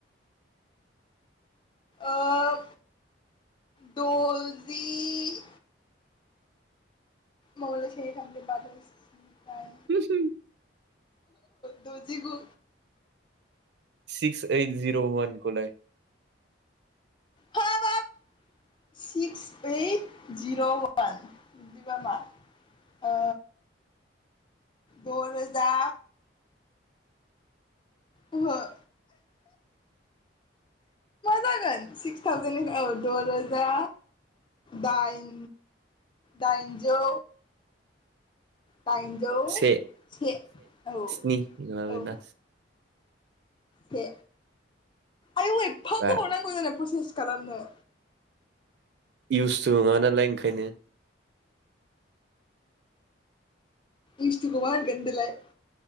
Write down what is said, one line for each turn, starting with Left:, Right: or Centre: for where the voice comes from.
Left: ओ द'जि मगल से थाम ब्रै बा द' स्नि डाइन
Right: होहोम
Left: दजिगु।
Right: सिक्स एओइट जिर' वानखौ लाय?
Left: हाबाब सिक्स एओइट जिर' वान नोंनिबा मा आ द'रोजा मा जागोन सिक्स थावजेेननिफ्राय औ द'रोजा दाइन दाइनजौ दाइनजौ
Right: से
Left: से औ
Right: स्नि नङाबाना
Left: औ। से आयु एफागोबावनांगौ
Right: बा
Left: जानाय प्रसेस खालामनो
Right: इउसथ' नङा नालाय ओंखायनो।
Left: इउसटुखौ मा होनगोन होनदोलाय?